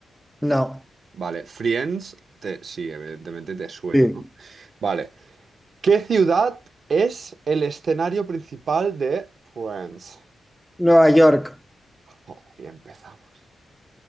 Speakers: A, in the centre; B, on the right.
A: no.
B: Vale, Friends, te- sí, evidentemente te suena,
A: Sí.
B: ¿no? Vale. ¿Qué ciudad es el escenario principal de Friends?
A: Nueva York.
B: Joder, ya empezamos.